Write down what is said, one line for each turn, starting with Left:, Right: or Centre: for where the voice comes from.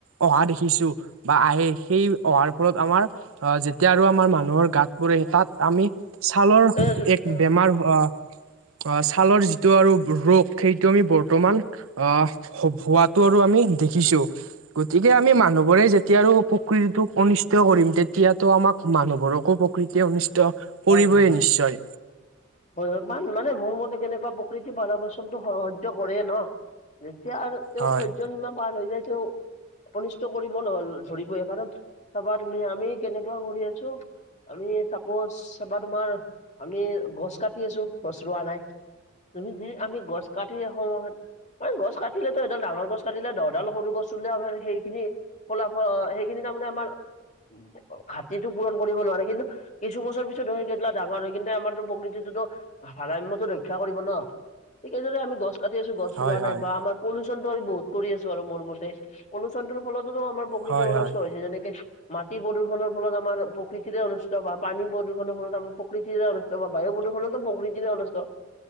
Right: অহা দেখিছো বা আহে সেই অহাৰ ফলত আমাৰ আহ যেতিয়া আৰু আমাৰ মানুহৰ গাত পোৰে তাত আমি ছালৰ
Left: এই হয়
Right: এক বেমাৰ হোৱা অ ছালৰ যিটো আৰু ৰোগ সেইটো আমি বৰ্তমান আহ হো হোৱাটো আৰু আমি দেখিছো। গতিকে আমি মানুহবোৰে যেতিয়া আৰু প্ৰকৃতিটোক অনিষ্ট কৰিম তেতিয়াতো আমাক মানুহবোৰকো প্ৰ কৃতিয়ে অনিষ্ট
Left: হয়
Right: কৰিবই
Left: হয় হয়।
Right: নিশ্চয়
Left: হয় হয় মান ইমানে মোৰ মতে কেনেকুৱা প্ৰকৃতি ভাৰা বচনটো স সাহায্য কৰে ন। যেতিয়া আৰু তেওঁৰ
Right: হয়
Left: সহ্যসীমা পাৰ হৈ যায় ত অনিষ্ট কৰিব ল ধৰিবই কাৰণ চাবাৰ নি আমি কেনেকুৱা কৰি আছো আমি চাপজ চাবা তোমাৰ আমি গছ কাটি আছো, গছ ৰোৱা নাই? তুমি যি আমি গছ কাটি সময় হোৱা ঐ গছ কাটিলে ত এডাল ডাঙৰ গছ কাটিলে দহডাল সৰু গছ ৰুলে আমাৰ সেইখিনি ফলাফল সেইখিনি তাৰমানে আমাৰ ব ঘাটিটো পূৰণ কৰিব নোৱাৰে কিন্তু কিছ ছু বছৰ পিছত হয় সেইবেলা ডাঙৰ হয় কেনে আমাৰতো প্ৰকৃতিটোত ভাৰাসাম্যটো ৰক্ষা কৰিব ন। ঠিক আছে দে, আমি গছ কাটি আছো গছ
Right: হয়
Left: ৰুৱা নাই
Right: হয়
Left: বা আমাৰ পলিউচনটো আমি বহুত কৰি আছো আৰু মোৰ মতে পলিউচনটো ফলতো ত আমাৰ প্ৰকৃতি
Right: হয়
Left: অনুষ্ট
Right: হয়
Left: হৈছে যেনেকে মাটি প্ৰদূষনৰ ফলত আমাৰ প্ৰকৃতিৰে অনুষ্ট বা পানী প্ৰদূষণৰ ফলত আমাৰ প্ৰকৃতিৰে অনুষ্ট বা বায়ু প্ৰদূষণতো প্ৰকৃতিৰে অনুষ্ট।